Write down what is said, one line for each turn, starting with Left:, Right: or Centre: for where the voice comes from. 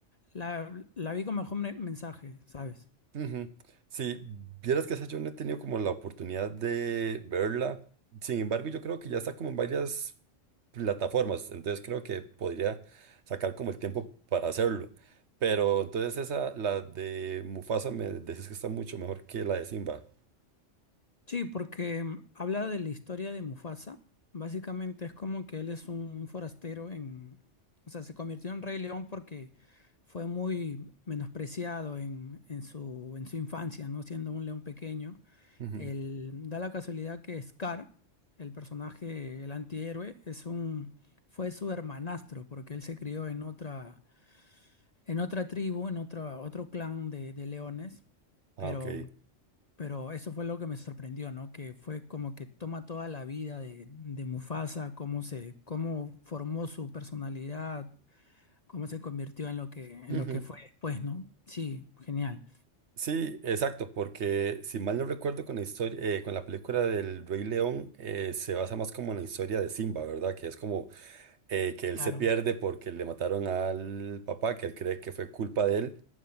Left: La, la vi con mejor me- mensaje, ¿sabes?
Right: Ujú. Sí, vieras que esa yo no he tenido como la oportunidad de verla. Sin embargo, yo creo que ya está como en varias plataformas, entonces creo que podría sacar como el tiempo para hacerlo. Pero entonces esa, la de Mufasa, me decís que está mucho mejor que la de Simba.
Left: Sí, porque mm, habla de la historia de Mufasa. Básicamente es como que él es un forastero en, o sea, se convirtió en Rey León porque fue muy menospreciado en, en su, en su infancia, ¿no? Siendo un león pequeño.
Right: Ujú.
Left: Él, da la casualidad que Scar, el personaje, el antihéroe, es un, fue su hermanastro, porque él se crió en otra, en otra tribu, en otra, otro clan de, de leones.
Right: Ah,
Left: Pero
Right: ok.
Left: pero eso fue lo que me sorprendió, ¿no? Que fue como que toma toda la vida de, de Mufasa, cómo se, cómo formó su personalidad, cómo se convirtió en lo que, en
Right: Ujú.
Left: lo que fue después, ¿no? Sí, genial.
Right: Sí, exacto, porque si mal no recuerdo con la historia, eh, con la película del Rey León, eh, se basa más como en la historia de Simba, ¿verdad? Que es como eh, que
Left: Claro.
Right: él se pierde porque le mataron al papá, que él cree que fue culpa de él,